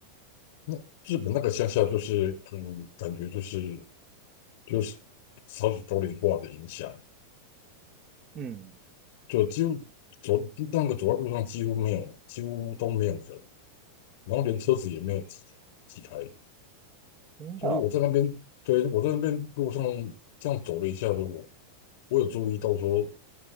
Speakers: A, on the left; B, on the right.
A: 那日本那个乡下就是很感觉就是就是少子高龄化的影响，
B: 嗯，
A: 就几乎走那个走在路上几乎没有，几乎都没有人，然后连车子也没有几几台。
B: 真的
A: 就是我在那边，对，我在那边路上这样走了一下子，我我有注意到说，